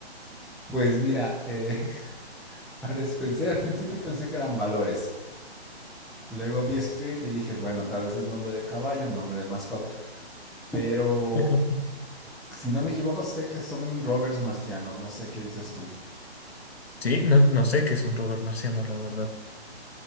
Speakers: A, in the centre; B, on the left.
A: Pues mira, eh, <laughs> parece- pensé, al principio pensé que eran valores. Luego vi Spirit y dije, bueno, tal vez es nombre de caballo, nombre de mascota. Pero
B: <laughs>
A: si no me equivoco, sé que son rovers marcianos. No sé qué dices tú.
B: Sí, no, no sé qué es un rover marciano, la verdad.